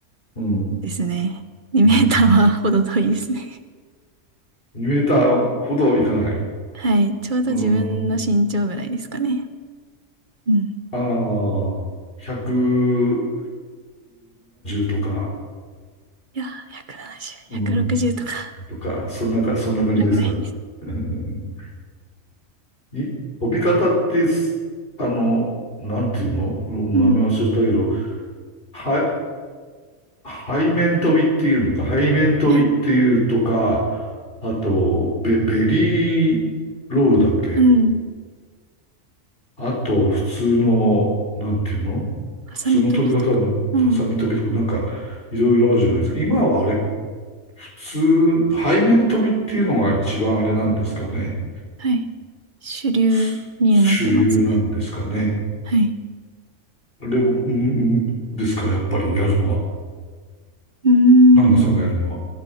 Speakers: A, on the left; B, on the right.
A: うん。
B: ですね。2メーターはほど遠いですね。
A: うん。2メーターほどいかない。
B: はい。ちょうど自分の身長ぐらいですかね。
A: うん。
B: うん。
A: ああ、170とか、
B: いや、170、
A: うん。
B: 160とか、
A: とか、そんなか、そんな感じですか。
B: それぐらいです。
A: <laughs> い、飛び方ってす、あの、なんていうの名前忘れちゃったけど、
B: うん。
A: は、背面飛びっていうのか、背面飛びっていうとか、
B: はい。
A: あと、ベ、ベリーロールだっけ
B: えうん。
A: あと、普通の、なんていうの普通の飛び方の、
B: ハサミ飛びとか。うん。
A: ハサミ飛びとか、なんか、いろいろあるじゃないですか。今はあれ、普通、背面飛びっていうのが一番あれなんですかね。
B: はい。主流になってますね。
A: す主流なんですかね。
B: はい。
A: でも、うんうんですか、やっぱりやるのは。
B: うーん。
A: ナナさんがやるのは。